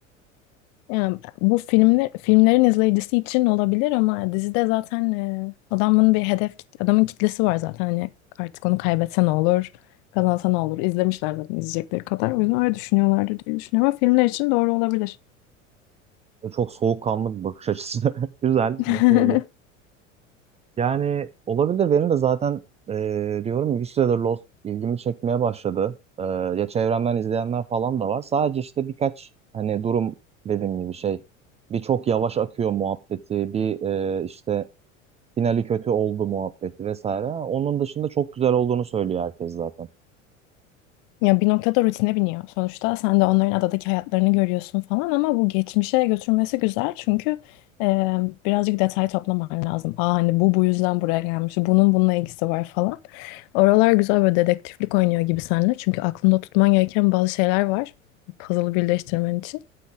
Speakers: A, on the left (about 45°); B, on the right (about 15°).
A: Yani bu filmler filmlerin izleyicisi için olabilir ama dizide zaten e, adamın bir hedef kit- adamın kitlesi var zaten hani artık onu kaybetse ne olur kazansa ne olur izlemişler zaten izleyecekleri kadar o yüzden öyle düşünüyorlardır diye düşünüyorum ama filmler için doğru olabilir.
B: Ve Çok soğukkanlı bir bakış açısı. <laughs> Güzel,
A: <laughs>
B: başarılı. Yani olabilir benim de zaten e, diyorum ya, bir süredir Lost ilgimi çekmeye başladı. E, ya çevremden izleyenler falan da var. Sadece işte birkaç hani durum dediğim gibi şey. Bir çok yavaş akıyor muhabbeti, bir e, işte finali kötü oldu muhabbeti vesaire. Onun dışında çok güzel olduğunu söylüyor herkes zaten.
A: Ya bir noktada rutine biniyor. Sonuçta sen de onların adadaki hayatlarını görüyorsun falan ama bu geçmişe götürmesi güzel çünkü e, birazcık detay toplaman lazım. Aa hani bu bu yüzden buraya gelmiş, bunun bununla ilgisi var falan. Oralar güzel böyle dedektiflik oynuyor gibi seninle çünkü aklında tutman gereken bazı şeyler var puzzle'ı birleştirmen için.